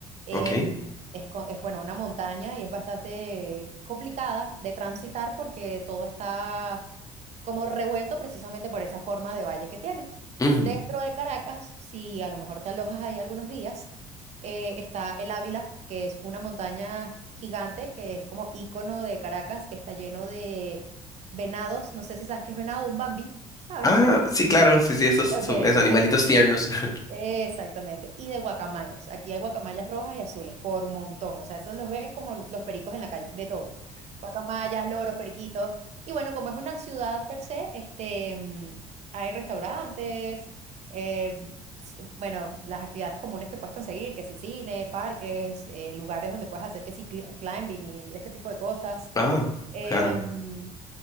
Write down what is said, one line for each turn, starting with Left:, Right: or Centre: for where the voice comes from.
Right: em,
Left: Ok.
Right: es, co- es bueno, una montaña y es bastante complicada de transitar porque todo está como revuelto precisamente por esa forma de valle que tiene.
Left: Ujú.
Right: Dentro de Caracas, si a lo mejor te alojas ahí algunos días, eh, está el Ávila, que es una montaña gigante que es como ícono de Caracas, que está lleno de venados, no sé si sabes qué es venado, un bambi, ¿sabes?
Left: Ah, sí, claro, sí, sí, esos son
Right: Ok,
Left: esos animalitos
Right: pero
Left: tiernos. <laughs>
Right: Exactamente, y de guacamayas. Aquí hay guacamayas rojas y azules por montón, o sea, esos los ves como los pericos en la calle, de todo. Guacamayas, loros, periquitos. Y bueno, como es una ciudad per se, este, mm, hay restaurantes, eh, s- bueno, las actividades comunes que puedes conseguir, que si cine, parques, eh, lugares donde puedes hacer que si cli- climbing y este tipo de cosas.
Left: Ah,
Right: Em,
Left: claro.